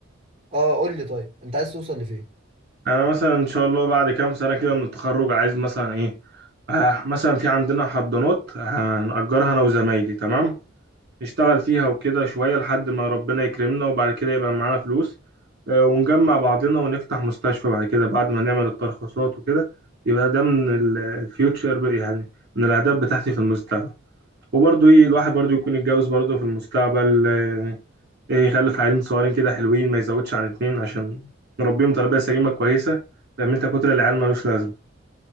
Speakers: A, on the right (about 30°); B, on the right (about 55°).
A: اه قول لي طيب انت عايز توصل لفين
B: انا مثلا ان شاء الله بعد كام سنه كده من التخرج عايز مثلا ايه آه مثلا في عندنا حضانات هنأجرها انا وزمايلي تمام نشتغل فيها وكده شوية لحد ما ربنا يكرمنا وبعد كده يبقى معانا فلوس آه، ونجمع بعضنا ونفتح مستشفى بعد كده بعد ما نعمل الترخيصات وكده يبقى ده من الفيوتشر يعني من الأهداف بتاعتي في المستقبل وبرضه إيه الواحد برضه يكون يتجوز برضه في المستقبل آه، إيه، يخلف عيالين صغيرين كده حلوين ما يزودش عن اتنين عشان نربيهم تربية سليمة كويسة فاهم أنت كتر العيال ملوش لازمة